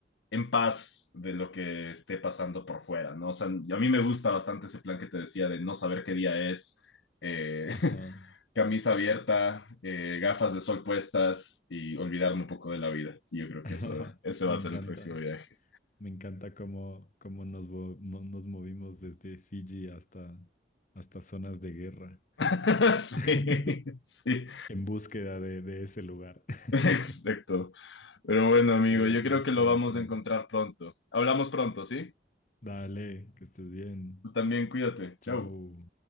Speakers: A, on the left (about 85°); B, on the left (about 45°).
A: en paz de lo que esté pasando por fuera, ¿no? O sea, a mí me gusta bastante ese plan que te decía de no saber qué día es. eh,
B: ajá.
A: <laughs> camisa abierta, eh, gafas de sol puestas y olvidarme un poco de la vida. Y yo
B: <laughs>
A: creo
B: ajá.
A: que eso, ese
B: Me
A: va a
B: encanta,
A: ser el próximo viaje.
B: me encanta cómo, cómo nos, vo- mo- nos movimos desde Fiji hasta, hasta zonas de guerra
A: <laughs>
B: <laughs>
A: Sí, sí,
B: en búsqueda de, de ese lugar. <laughs>
A: exacto. Pero bueno, amigo,
B: Divertida
A: yo creo
B: exploración.
A: que lo vamos a encontrar pronto. Hablamos pronto, ¿sí?
B: Dale, que estés bien.
A: Tú también cuídate.
B: Chao.
A: Chau.